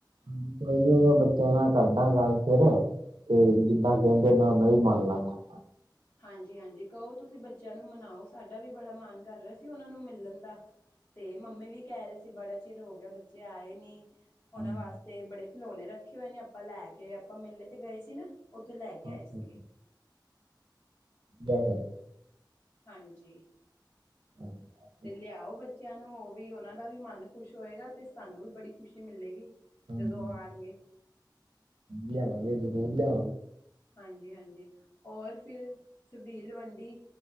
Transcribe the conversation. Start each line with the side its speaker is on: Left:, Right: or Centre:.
Right: ਹਾਂਜੀ, ਕੋਈ ਨੀ ਮੈਂ ਬੱਚਿਆਂ ਨਾਲ ਕਰਦਾ ਗੱਲ ਫੇਰ ਤੇ ਜਿੱਦਾਂ ਕਹਿੰਦੇ, ਮੈਂ ਉਹਨਾ ਦੀ ਮੰਨ ਲਾਂਗਾ
Left: ਹਾਂਜੀ- ਹਾਂਜੀ ਕਹੋ ਤੁਸੀਂ ਬੱਚਿਆਂ ਨੂੰ ਮਨਾਓ ਸਾਡਾ ਵੀ ਬੜਾ ਮੰਨ ਕਰ ਰਿਹਾ ਸੀ ਉਹਨਾਂ ਨੂੰ ਮਿਲਣ ਦਾ ਤੇ ਮੰਮੀ ਵੀ ਕਹਿ ਰਹੇ ਸੀ ਬੜਾ ਚਿਰ ਹੋ ਗਿਆ ਬੱਚੇ ਆਏ ਨੀ ਉਹਨਾਂ
Right: ਹਾਂਜੀ
Left: ਵਾਸਤੇ ਬੜੇ ਖਿਲੌਣੇ ਰੱਖੇ ਹੋਏ ਨੇ ਆਪਾਂ ਲੈ ਕੇ ਆਪਾਂ ਮੇਲੇ ਤੇ ਗਏ ਸੀ ਨਾ ਉੱਥੇ ਲੈ ਕੇ ਆਏ
Right: ਅੱਛਾ
Left: ਸੀਗੇ
Right: ਬਾਹਰੋ
Left: ਹਾਂਜੀ
Right: ਅੱਛਾ
Left: ਤੇ ਲਿਆਓ ਬੱਚਿਆਂ ਨੂੰ, ਓ ਵੀ, ਉਹਨਾਂ ਦਾ ਵੀ ਮਨ ਖੁਸ਼ ਹੋਏਗਾ ਤੇ ਸਾਨੂੰ ਵੀ ਬੜੀ ਖੁਸ਼ੀ ਮਿਲੇਗੀ
Right: ਹਾਂਜੀ
Left: ਜਦੋਂ ਆਣਗੇ
Right: ਲਿਆਵਾਂਗੇ ਜਰੂਰ ਲਿਆ
Left: ਹਾਂਜੀ- ਹਾਂਜੀ ਔਰ ਫਿਰ, ਛਬੀਲ ਵੰਡੀ